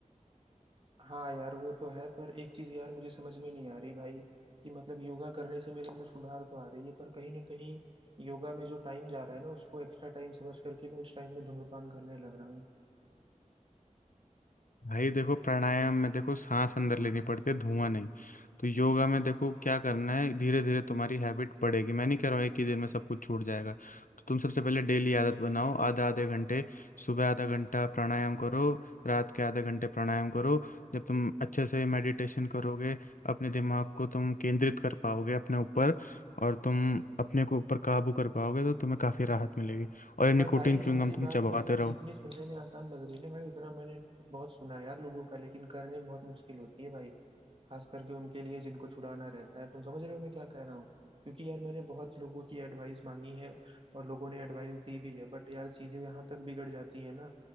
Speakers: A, on the right (about 45°); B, on the left (about 85°).
A: हाँ यार वो तो है पर एक चीज यार मुझे समझ में नहीं आ रही भाई कि मतलब योगा करने से मेरे अंदर सुधार तो आ रही है पर कहीं ना कहीं योगा में जो टाइम जा रहा है ना उसको एक्स्ट्रा टाइम समझ करके मैं उस टाइम में धूम्रपान करने लग रहा हूँ
B: भाई देखो प्राणायाम में देखो सांस अंदर लेनी पड़ती है धुआं नहीं तो योगा में देखो क्या करना है धीरे धीरे तुम्हारी हैबिट पड़ेगी मैं नहीं कह रहा हूँ एक ही दिन में सब कुछ छूट जाएगा तो तुम सबसे पहले डेली आदत बनाओ आधा आधे घंटे सुबह आधा घंटा प्राणायाम करो रात के आधे घंटे प्राणायाम करो जब तुम अच्छे से मेडिटेशन करोगे अपने दिमाग को तुम केंद्रित कर पाओगे अपने ऊपर और तुम अपने को ऊपर काबू कर पाओगे तो तुम्हें काफ़ी राहत मिलेगी और ये निकोटिन
A: पर भाई
B: च्युइंगम
A: तुम्हारी
B: तुम
A: बात
B: चबाते
A: मतलब
B: रहो
A: जितनी सुनने में आसान लग रही है ना भाई उतना मैंने बहुत सुना है यार लोगों का लेकिन करने में बहुत मुश्किल होती है भाई खास करके उनके लिए जिनको छुड़ाना रहता है तुम समझ रहे हो मैं क्या कह रहा हूँ क्योंकि यार मैंने बहुत लोगों की एडवाइस मांगी है और लोगों ने एडवाइस दी भी है बट यार चीजें यहाँ तक बिगड़ जाती है ना